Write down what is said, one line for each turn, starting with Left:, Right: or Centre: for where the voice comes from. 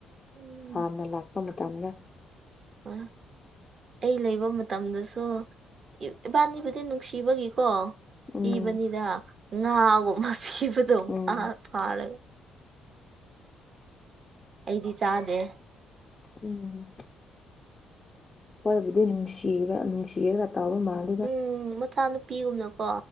Right: ꯎꯝ
Left: ꯍꯥꯟꯅ ꯂꯥꯛꯄ ꯃꯇꯝꯗ
Right: <unintelligible> ꯑꯩ ꯂꯩꯕ ꯃꯇꯝꯗꯁꯨ ꯏꯕꯥꯅꯤꯕꯨꯗꯤ ꯅꯨꯡꯁꯤꯕꯒꯤꯀꯣ
Left: ꯎꯝ
Right: ꯄꯤꯕꯅꯤꯗ ꯉꯥꯒꯨꯝꯕ ꯄꯤꯕꯗꯣ
Left: ꯎꯝ
Right: ꯉꯥ ꯐꯥꯔꯒ ꯑꯩꯗꯤ ꯆꯥꯗꯦ꯫
Left: ꯎꯝ ꯈꯣꯏꯕꯨꯗꯤ ꯅꯨꯡꯁꯤꯕ ꯅꯨꯡꯁꯤꯔꯒ ꯇꯥꯎꯕ ꯃꯥꯜꯂꯦ꯫
Right: ꯎꯝ ꯃꯆꯥꯅꯨꯄꯤꯒꯨꯝꯅꯀꯣ꯫